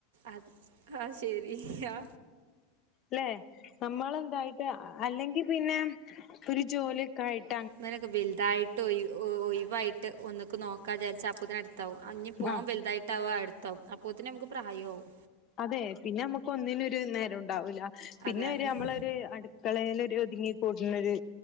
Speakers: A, on the right; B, on the left.
A: അത് ആഹ് ശരി യാ
B: അല്ലെ നമ്മളെന്തായിട്ട് അല്ലെങ്കിൽ പിന്നെ ഒരു ജോലിയൊക്കെയിട്ട്
A: ഇവനൊക്കെ വെലുതായിട്ട് ഒയ് ഒ ഒയിവായിട്ട് ഒന്ന് മക്ക് നോക്കാ വിചാരിച്ച അപ്പോത്തിനടുത്താവും ആ ഞ്ഞി പ്പോ
B: ആ
A: ഓൻ വലുതായിട്ടാവകും അടുത്താവും അപ്പോത്തിനും ഞമ്മക്ക് പ്രായാവും
B: അതെ പിന്നെ മ്മക്ക് ഒന്നിനും ഒരു നേരോണ്ടാവൂല പിന്നെ
A: അതാണ്
B: ഒര് അമ്മളൊരു അടുക്കളേലൊരു ഒതുങ്ങി കൂടുന്നൊരു